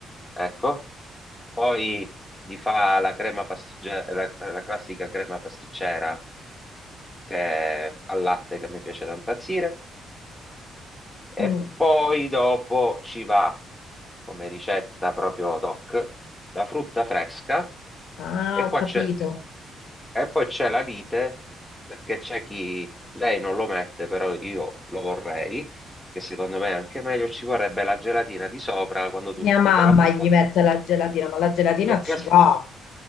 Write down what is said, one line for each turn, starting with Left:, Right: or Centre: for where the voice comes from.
Centre: Ecco, poi gli fa la crema pastiggera, la, la classica crema pasticcera che è al latte che a me piace da impazzire e
Left: Mm.
Centre: poi dopo ci va come ricetta proprio doc la frutta fresca
Left: Ah,
Centre: e qua
Left: ho capito.
Centre: c'è E poi c'è la lite, perché c'è chi lei non lo mette, però io lo vorrei, che secondo me è anche meglio, ci vorrebbe la gelatina di sopra quando tu
Left: Mia
Centre: metti
Left: mamma
Centre: poi la frutta,
Left: gli
Centre: per-
Left: mette la gelatina, ma la gelatina
Centre: perché,
Left: ci
Centre: se-
Left: va.